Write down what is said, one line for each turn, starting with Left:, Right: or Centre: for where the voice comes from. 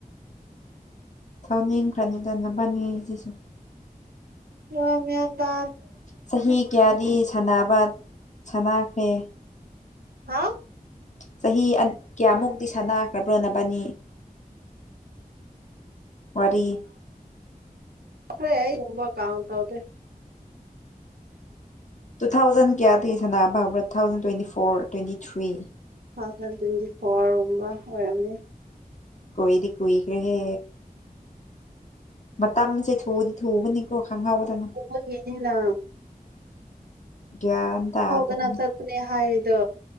Left: ꯊꯧꯅꯤꯡꯈ꯭ꯔꯅꯤꯗꯚꯅꯤꯁꯤꯁ
Right: ꯑ ꯃ ꯇ
Left: ꯆꯍꯤ ꯀꯌꯥꯗꯤ ꯁꯥꯟꯅꯕ ꯁꯅꯥꯈ꯭ꯔꯦ
Right: ꯍꯥ
Left: ꯆꯍꯤ ꯀꯌꯥꯃꯨꯛꯇꯛꯇꯤ ꯁꯥꯟꯅꯈ꯭ꯔꯕ꯭ꯔꯣ ꯅꯕꯅꯤ ꯋꯥꯔꯤ
Right: ꯄꯈ꯭ꯔꯦ ꯌꯨꯝꯝꯕ ꯀꯥꯎꯇꯧꯗꯦ
Left: ꯇꯨ ꯊꯥꯎꯖꯟ ꯀꯌꯥꯗꯒꯤ ꯁꯅꯥꯕꯕ꯭ꯔꯥ two thousand twenty four twenty three
Right: two thousand twenty ꯐꯣꯔꯒꯨꯝꯕ ꯑꯣꯏꯔꯝꯅꯤ
Left: ꯀꯣꯏꯗꯤ ꯀꯏ ꯀ ꯔꯦ ꯃꯇꯝꯁꯦ ꯊꯨꯗꯤ ꯊꯨꯕꯅꯤꯀꯣ ꯈꯪꯍꯧꯗꯅ
Right: ꯎꯃ ꯌꯦꯅ ꯂ
Left: ꯒ꯭ꯌꯥꯟ ꯇꯥꯗꯕꯅꯤ
Right: ꯍꯧꯗꯅ ꯆꯠꯄꯅꯦ ꯍꯥꯏꯔꯤꯗꯣ